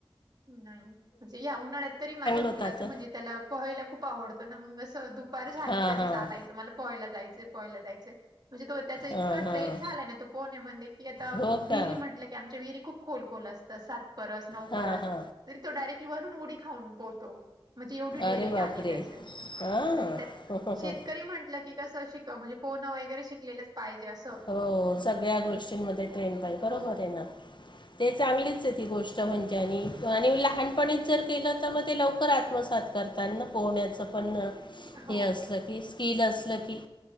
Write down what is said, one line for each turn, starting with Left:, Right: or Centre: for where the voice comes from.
Right: नाही म्हणजे या उन्हाळ्यात तरी माझ्या मुलाचं
Left: होतं आता
Right: म्हणजे त्याला पहायला खूप आवडतो ना मग अस दुप पर झाली
Left: हां
Right: की त्याचं
Left: हां
Right: चालायचं मला पोहायला जायचं पोहायला जायचं म्हणजे त त्याच इतका
Left: हां हां
Right: ट्रेन झाला ना तो पोहण्या मध्ये, की आता
Left: हो
Right: विहिरी
Left: का
Right: म्ह की आमच्या विहिरी खूप खोल खोल असतात. सात परस नऊ
Left: हा
Right: परस
Left: हा
Right: तरी तो डायरेक्टली वरून उडी खाऊन पोहतो. म्हणजे एवढी डेअरिंग
Left: अरे बापरे!
Right: आली त्याच
Left: हां
Right: आणि त्यात शेतकरी म्हंटलं की कसं शिक म्हणजे पोहाणे वगैरे शिकलेलंच पाहिजे असं
Left: हो सगळ्या गोष्टींमध्ये ट्रेन पाहिज. बरोबर
Right: हो,
Left: आहे ना ते चांगलीच आहे ती गोष्ट म्हणजे आणि आणि लहानपणीच जर केलं तर मग ते लवकर आत्मसात करते त्यांना पोहण्याचं पण
Right: हो,
Left: हे असलं की स्किल असलं की